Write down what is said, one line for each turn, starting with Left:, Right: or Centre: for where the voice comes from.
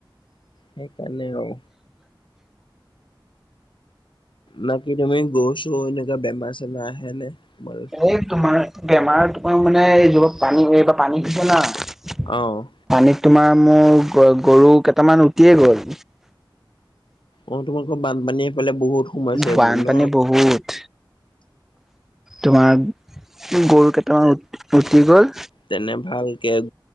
Left: সেইকাৰণে আৰু ন কি তুমি গৰু চৰু এনেকুৱা বেমাৰ চেমাৰ আহে নে ম
Centre: এই তোমাৰ বেমাৰ তোমাৰ মানে এই জ' পা পানী এইবাৰ পানী হৈছে ন।
Left: অ'
Centre: পানীত তোমাৰ মোৰ গ-গৰু কেইটামান উটিয়েই গ'ল।
Left: অ', তোমালোকৰ বানপানী সেইফালে বহুত। সোমাইছে
Centre: বানপানী
Left: ন?
Centre: বহুত। তোমাৰ গৰু কেইটামান উ-উটি গ'ল।
Left: তেনে ভালকে